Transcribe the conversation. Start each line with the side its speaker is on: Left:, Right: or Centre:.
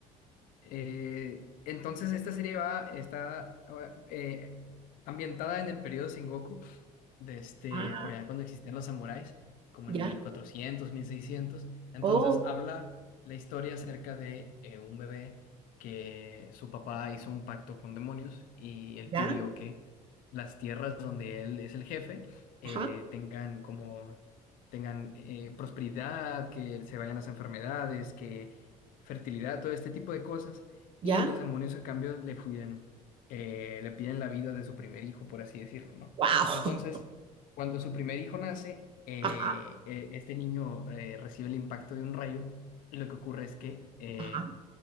Left: Eh, entonces esta serie va, está eh, ambientada en el periodo Sengoku, de este,
Right: Ah,
Left: por allá cuando existían los samuráis, como
Right: ¿ya?
Left: en mil cuatrocientos, mil seiscientos. Entonces
Right: Oh,
Left: habla la historia acerca de eh, un bebé que su papá hizo un pacto con demonios y él
Right: ¿ya?
Left: pidió que las tierras donde él es el jefe eh,
Right: Ajá,
Left: tengan como tengan eh, prosperidad, que se vayan las enfermedades, que fertilidad, todo este tipo de cosas,
Right: ya,
Left: y los demonios a cambio le piden, eh, le piden la vida de su primer hijo, por así decirlo, ¿no?
Right: wow.
Left: Entonces, cuando su primer hijo nace, eh,
Right: <laughs> Ajá,
Left: eh, este niño eh, recibe el impacto de un rayo y lo que ocurre es que eh,
Right: ajá.